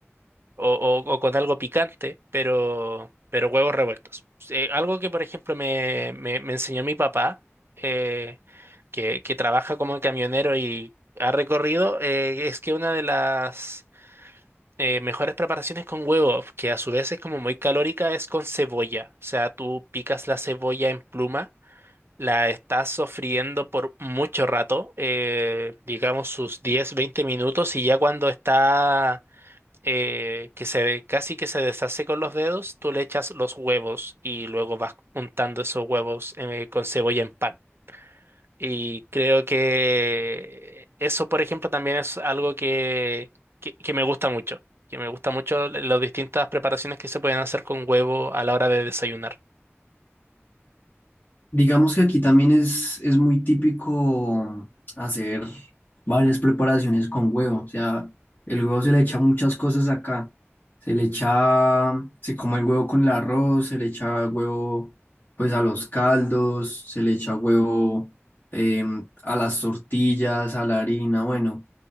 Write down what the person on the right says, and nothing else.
o, o- o con algo picante, pero, pero huevos revueltos. Eh, algo que, por ejemplo, me, me- me enseñó mi papá, eh, que, que trabaja como camionero y ha recorrido, eh, es que una de las eh, mejores preparaciones con huevos, que a su vez es como muy calórica, es con cebolla. O sea, tú picas la cebolla en pluma la está sofriendo por mucho rato, eh, digamos sus 10 20 minutos, y ya cuando está eh, que se de- casi que se deshace con los dedos, tú le echas los huevos y luego vas untando esos huevos eh, con cebolla en pan. Y creo que eso, por ejemplo, también es algo que, que, que me gusta mucho, que me gusta mucho las distintas preparaciones que se pueden hacer con huevo a la hora de desayunar.